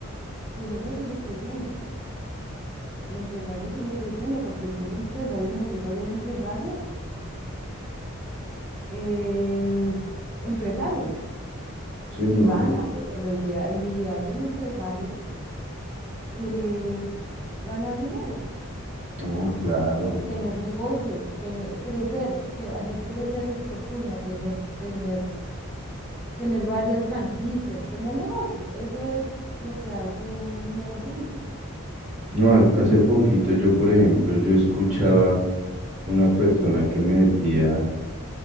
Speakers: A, in the centre; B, on the right (about 30°).
A: Su jefe sigue creciendo. el empresario sigue creciendo porque el que es empresario nació para ser empresario es empresario
B: sí,
A: y
B: no,
A: gana,
B: total.
A: porque lo idea, el ideal del empresario es ganar dinero,
B: No, claro.
A: tener negocios, tener, crecer, que- hacer crecer su fortuna, tener, tener, tener varias franquicias, tener negocios. Eso es lo que hace un negociante.
B: No, ha- hace poquito yo, por ejemplo, yo escuchaba una persona que me decía